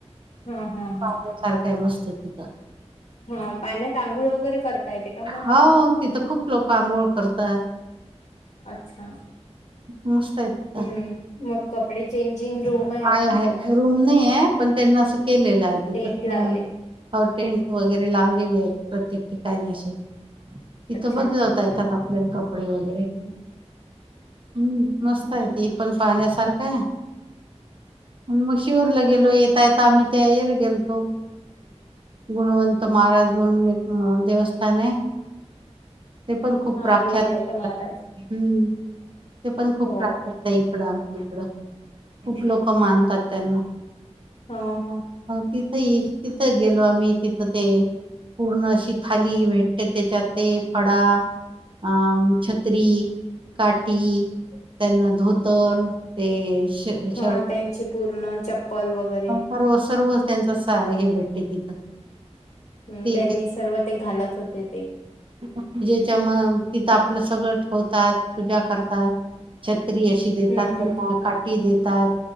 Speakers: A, on the left; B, on the right.
A: हा हा हा
B: माझ सारखं आहे मस्त तिथं
A: हा पाण्यातत आंघोळ वगैरे करता येते का मग
B: हो तिथं खूप लोक आंघोळ करतात
A: अच्छा
B: मुस्ायत का
A: हम्म मग कपडे चेंजिंग रूम
B: काय
A: आहे का
B: आहे रूम नाही आहे पण त्यांना असं केलेलं आहे तिथं
A: टेंट लावले
B: रूम टेंट वगैरे लावलेले आहेत प्रत्येक ठिकाणी असे तिथं
A: अच्छा
B: बदलवता
A: अच्छा
B: येतात आपल्या कपडे वगैरे
A: हम्म.
B: हम्म मस्त
A: हा
B: आहे त पण पाण्यासारखा आहे मग शिरला गेलो येता यता आम्ही ते येला गेलतो गुणवंत म महाराज म्हणून एक देवस्थान आहे ते पण खूप
A: हा
B: प्राख्यात
A: गुणवंत महाराज
B: हम्म ते पण खूप
A: हो
B: त्रास होत इकडं इकडं खूप लोक मानतात त्यांना
A: हो हो
B: तिथही तिथं गेलो आम्ही तिथं ते पूर्ण अशी थाली भेटते त्याच्या ते फडा अम छत्री काठी त्यांना धोतर ते श शर्ट
A: हा त्यांची पूर्ण चप्पल वगैरे
B: सर्व सर्व त्यांचा स आहे हे भेटते तिथं
A: हम्
B: ते
A: त्यांनी सर्व ते घालत होते ते
B: पूजेच्या म तिथं आपलं सगळं ठेवतात पूजा करतात छ त्री अशी देतात
A: हम्म
B: त्यांना काठी देतात